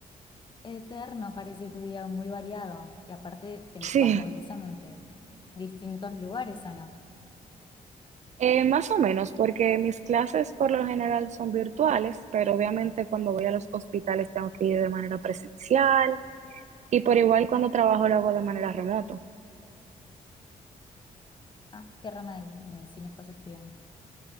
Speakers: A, on the left (about 35°); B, on the right (about 55°).
A: Eterno parece tu día muy variado y aparte te
B: Sí,
A: vas movilizando entre distintos lugares, ¿o no?
B: eh, más o menos, porque mis clases por lo general son virtuales, pero obviamente cuando voy a los hospitales tengo que ir de manera presencial y por igual cuando trabajo lo hago de manera remoto.
A: Ah, ¿qué rama de medicina estás estudiando?